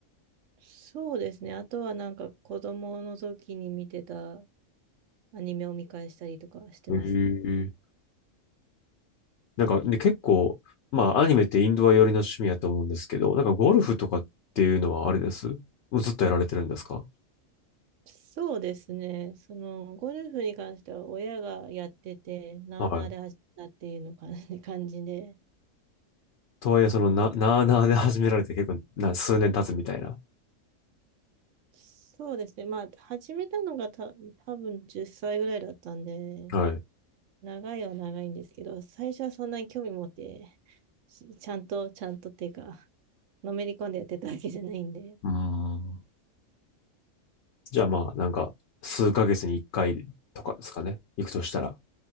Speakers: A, on the right; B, on the left.
A: そうですね。あとはなんか子供の時に見てたアニメを見返したりとかしてますね。
B: へえなんかで結構、まあアニメってインドア寄りの趣味やと思うんですけど、なんかゴルフとかっていうのはあれですもうずっとやられてるんですか
A: そうですね。そのゴルフに関しては親がやってて、なあなあで始めたっていうの感じ、
B: はい。
A: 感じで
B: とはいえそのな、
A: すね。
B: なあなあで始められて結構な数年経つみたいな。
A: そうですね。まあ、始めたのがた多分10歳ぐらいだったんで、
B: はい。う
A: 長いは長いんですけど、最初はそんなに興味持って、しちゃんと、ちゃんとっていうか、のめり込んでやってたわけじゃないんで。
B: ーん。じゃあまあなんか数ヶ月に1回とかですかね。行くとしたら。